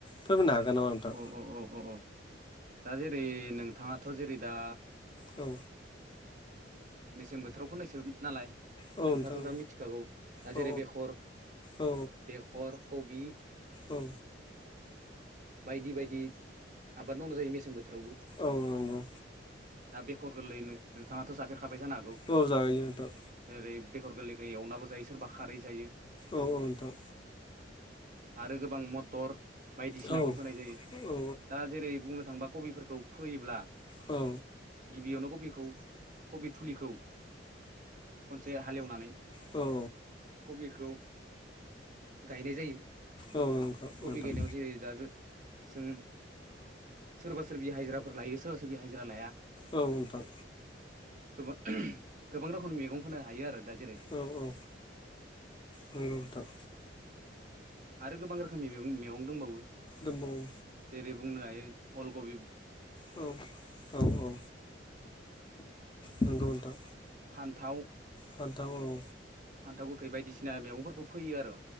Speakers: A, on the left; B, on the right.
A: फोरमायनो हागोन नामा नोंथां
B: अ- औ- अ- औ- दा- जेरै नोंथाङाथ' जेरै दा
A: औ
B: मेसें बोथोराव फोननायसो नालाय
A: नोंथां
B: नोंथाङाथ' दा मिथिखागौ दा
A: औ
B: जेरै
A: नोंथां औ
B: बेखर
A: औ
B: बेखर कबि
A: औ।
B: बायदि बायदि आबाद मावनाय जायो मेसें बोथोरावबो।
A: औ औ नंगौ
B: दा बेखर गोरलैनो नोंथाङाथ' जाफेरखाबाय जानो हागौ
A: औ जायो नोंथां
B: जेरै बेखर गोरलैखौ एवनाबो जायो सोरबा खारै जायो।
A: औ औ नोंथां
B: आरो गोबां मटर सिनाबो
A: औ
B: फोनाय जायो
A: औ
B: दा जेरै बुंनो थांबा कबिफोरखौ फोयोब्ला
A: औ
B: गिबियावनो कबिखौ कबि फुलिखौ एसे हालएवनानै
A: औ
B: कबिखौ गायनाय जायो।
A: औ नंगौ
B: कबि
A: नोंथां।
B: गायनायाव जेरै दा जो- जों सोरबा सोरबि हाजिराफोर लायो सोरबा सोरबि हाजिरा लाया।
A: औ नोंथां।
B: गोबा- गोबां रोखोमनि मैगं फोनो हायो आरो दा जेरै
A: औ औ नंगौ नोंथां।
B: आरो गोबां रोखोमनि मेगं मेगं दंबावो
A: दंबावो
B: जेरै बुंनो हायो अल कबि
A: औ औ औ नंगौ नोंथां।
B: फान्थाव
A: फानथाव औ
B: फान्थाव गोखै बायदिसिना मेगंफोरखौ फैयो आरो